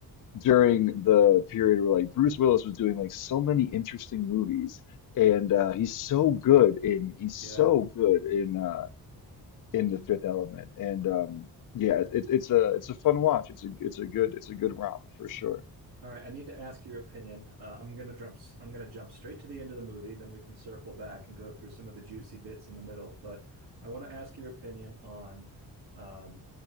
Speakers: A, on the left; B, on the right.
A: during the period where like Bruce Willis was doing like so many interesting movies, and uh, he's so good in he's so
B: yeah
A: good in uh, in The Fifth Element. And um, yeah, it, it's a it's a fun watch. It's a it's a good it's a good romp for sure.
B: all right i need to ask your opinion uh, i'm gonna jump i'm gonna jump straight to the end of the movie then we can circle back and go through some of the juicy bits in the middle but i want to ask your opinion on um,